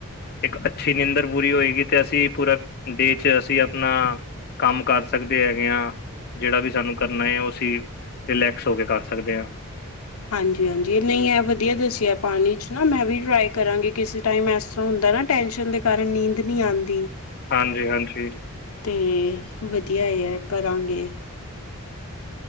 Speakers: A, on the left; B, on the left.
A: ਇੱਕ ਅੱਛੀ ਨਿੰਦਰ ਪੂਰੀ ਹੋਏਗੀ ਤੇ ਅਸੀਂ ਪੂਰਾ ਡੇ ਚ ਅਸੀਂ ਆਪ ਆਪਨਾ ਕੰਮ ਕਰ ਸਕਦੇ ਹੈਗੇ ਆਂ। ਜੇੜਾ ਵੀ ਸਾਨੂੰ ਕਰਨਾ ਐ ਓ ਅਸੀਂ ਰਿਲੈਕਸ ਹੋ ਕੇ ਕਰ ਸਕਦੇ ਆਂ।
B: ਹਾਂਜੀ-ਹਾਂਜੀ ਏ ਨਈਂ ਐ ਵਦੀਆ ਦੱਸੇਆ ਪਾਨੀ ਚ ਨਾ ਮੈਂ ਵੀ ਟਰਾਏ ਕਰਾਂਗੀ ਕਿਸੇ ਟਾਈਮ ਐਸ ਤਰ੍ਹਾਂ ਹੁੰਦਾ ਨਾ ਟੈਂਨਸ਼ਨ ਦੇ ਕਾਰਨ ਨੀਂਦ ਨੀ ਆਂਦੀ।
A: ਹਾਂਜੀ-ਹਾਂਜੀ।
B: ਤੇ ਵਦੀਆ ਐ ਏ ਕਰਾਂਗੇ।